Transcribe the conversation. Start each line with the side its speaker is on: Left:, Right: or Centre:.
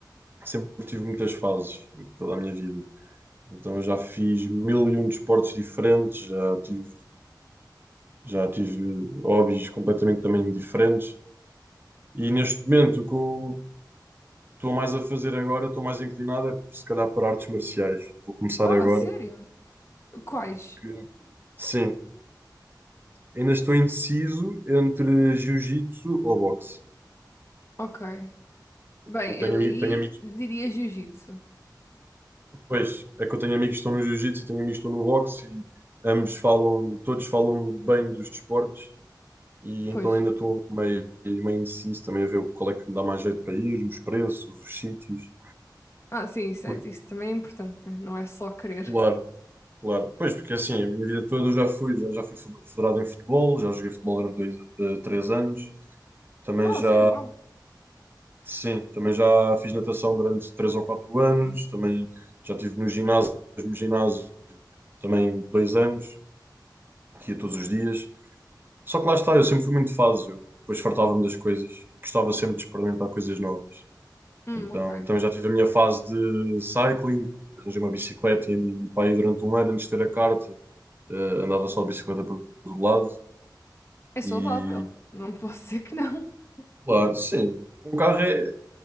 Right: sempre tive muitas fases em toda a minha vida. Então eu já fiz mil e um desportos diferentes, já tive, já tive hobbies completamente também diferentes. E neste momento, o que eu estou mais a fazer agora, estou mais inclinado, é se calhar para artes marciais. Vou começar
Left: Oh,
Right: agora,
Left: a sério? Quais?
Right: porque sim, Ainda estou indeciso entre jiu-jitsu ou boxe.
Left: Ok. Bem,
Right: Eu tenho,
Left: eu
Right: ami-
Left: aí
Right: tenho amigos,
Left: diria jiu-jitsu.
Right: pois, é que eu tenho amigos que estão no jiu-jitsu e tenho amigos que estão no boxe e ambos falam, todos falam bem dos desportos e
Left: Pois.
Right: então ainda estou meio, meio indeciso também a ver qual é que me dá mais jeito para ir, os preços, os sítios.
Left: Ah, sim, isso,
Right: Porque,
Left: é- isso também é importante, né? Não é só querer.
Right: claro, claro. Pois, porque assim, a minha vida toda eu já fui, já, já fui federado em futebol, já joguei futebol durante dois, eh, três anos, também
Left: Ah,
Right: já.
Left: sério, uau.
Right: Sim, também já fiz natação durante três ou quatro anos, também já estive no ginásio, mesmo ginásio, também dois anos, que ia todos os dias. Só que lá está, eu sempre fui muito fácil, eu depois fartava-me das coisas e gostava sempre de experimentar coisas novas.
Left: Hum,
Right: Então
Left: ok.
Right: também já tive a minha fase de cycling, arranjei uma bicicleta e, e pá, aí durante um ano antes de ter a carta, eh, andava só de bicicleta para todo lado
Left: É saudável.
Right: e,
Left: Não <laughs> posso dizer que não. <laughs>
Right: claro, sim, com o carro é,